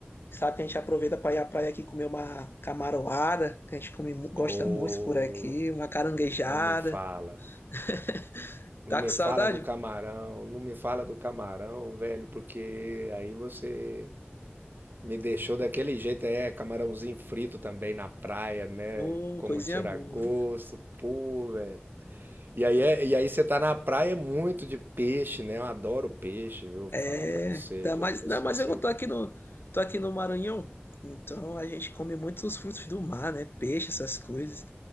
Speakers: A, on the left (about 60°); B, on the right (about 55°).
A: Sabe que a gente aproveita pra ir à praia aqui comer uma camaroada, que a gente come, mu- gosta
B: Ô,
A: muito por aqui, uma caranguejada.
B: não me fala.
A: <laughs>
B: Não
A: Tá
B: me
A: com saudade?
B: fala do camarão, não me fala do camarão, velho, porque aí você me deixou daquele jeito, é, camarãozinho frito também na praia, né?
A: Hum,
B: Como
A: coisinha
B: tira
A: boa.
B: gosto, pô, velho. E aí, é- e aí você tá na praia é muito de peixe, né? Eu adoro peixe, viu?
A: É,
B: Falar pra você,
A: ainda
B: Jefferson,
A: mais, ainda mais
B: você.
A: eu tô aqui no, tô aqui no Maranhão, então a gente come muitos frutos do mar, né? Peixe, essas coisas.